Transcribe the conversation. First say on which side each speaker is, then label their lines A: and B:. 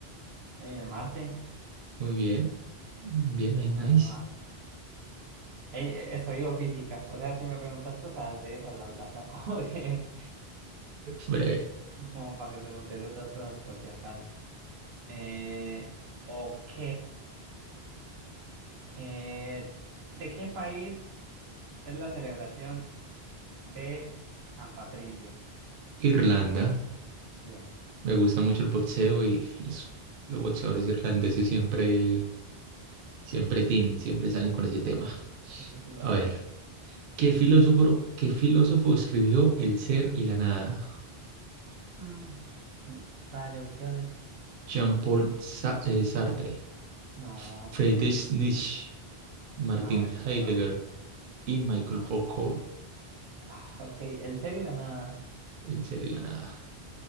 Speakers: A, on the right; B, on the right.
A: Eh, Marte.
B: Muy bien, bien, ahí, nice.
A: Ah, va. Ey, eh, estudio física. O sea, si me preguntas cosas de esas, las, las saco. <laughs> porque-
B: Breve.
A: Como para que preguntes de otras cosas por si acaso. Eh, ok. Eh, ¿de qué país es la celebración de San Patricio?
B: Irlanda.
A: Bien.
B: Me gusta mucho el boxeo y los, los boxeadores irlandeses siempre, siempre tin, siempre salen con ese tema.
A: Siempre tiene
B: A
A: tan-
B: ver, ¿Qué filósofo, qué filósofo escribió El ser y la nada?
A: Mm, mm, Dale opciones.
B: Jean-Paul Sa- eh, Sartre,
A: No
B: Friedrich
A: sé.
B: Nietzsche, Martin
A: No, es eso
B: Heidegger
A: no.
B: y Michael
A: No.
B: Foucault.
A: Ah, ok. El ser y la nada.
B: El ser y la nada.